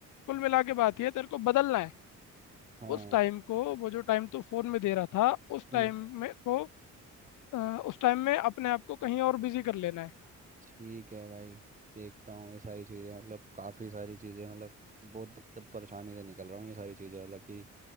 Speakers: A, on the left; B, on the right.
A: कुल मिला के बात ये है तेरे को बदलना है
B: हाँ
A: उस टाइम को वो जो टाइम तू फोन में दे रहा था उस
B: हम्म
A: टाइम में को अ, उस टाइम में अपने आप को कहीं और बिजी कर लेना है
B: ठीक है भाई देखता हूँ ये सारी चीज़ें मतलब काफ़ी सारी चीज़ें मतलब बहुत दिक्कत परेशानी से निकल रहा हूँ ये सारी चीज़ें मतलब कि